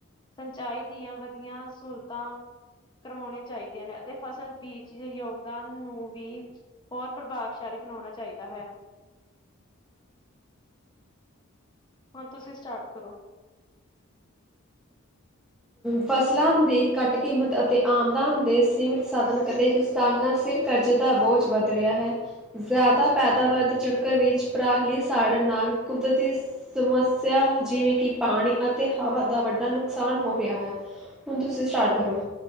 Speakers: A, on the left (about 20°); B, in the centre.
A: ਸਿੰਚਾਈ ਦੀਆਂ ਵਧੀਆ ਸਹੂਲਤਾਂ ਕਰਵਾਉਣੀਆਂ ਚਾਹੀਦੀਆਂ ਨੇ ਅਤੇ ਫਸਲ ਬੀਜ ਦੇ ਯੋਗਦਾਨ ਨੂੰ ਵੀ ਹੋਰ ਪ੍ਰਭਾਵਸ਼ਾਲੀ ਬਣਾਉਣਾ ਚਾਹੀਦਾ ਹੈ। ਹੁਣ ਤੁਸੀਂ ਸਟਾਰਟ ਕਰੋ।
B: ਫਸਲਾਂ ਦੀ ਘੱਟ ਕੀਮਤ ਅਤੇ ਆਮਦਨ ਦੇ ਸੀਮਿਤ ਸਾਧਨ ਕਰੇ ਧੰਨ ਨਾਲ ਸਿਰ ਕਰਜ਼ ਦਾ ਬੋਝ ਵੱਧ ਰਿਹਾ ਹੈ ਜ਼ਿਆਦਾ ਪੈਦਾਵਾਰ ਦੇ ਚੱਕਰ ਵਿੱਚ ਪਰਾਲੀ ਸਾੜਨ ਨਾਲ ਕੁਦਰਤੀ ਸਮੱਸਿਆ ਜਿਵੇਂ ਕਿ ਪਾਣੀ ਅਤੇ ਹਵਾ ਦਾ ਵੱਡਾ ਨੁਕਸਾਨ, ਹੋ ਰਿਹਾ ਹੈ, ਹੁਣ ਤੁਸੀਂ ਸਟਾਰਟ ਕਰੋ।